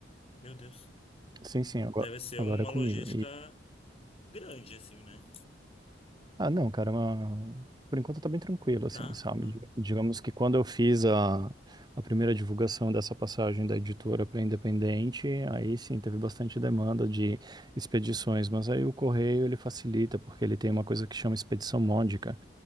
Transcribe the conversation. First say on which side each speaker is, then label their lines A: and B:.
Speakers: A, on the left; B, on the right.
A: Meu Deus.
B: Sim, sim, agora,
A: Deve ser
B: agora
A: uma
B: é comigo.
A: logística grande, assim, né?
B: Ah, não, cara, mas por enquanto tá bem tranquilo, assim,
A: Tá?
B: sabe?
A: Ah,
B: Dig- Digamos que quando eu fiz a, a primeira divulgação dessa passagem da editora para independente, aí sim teve bastante demanda de expedições, mas aí o correio ele facilita, porque ele tem uma coisa que chama expedição módica,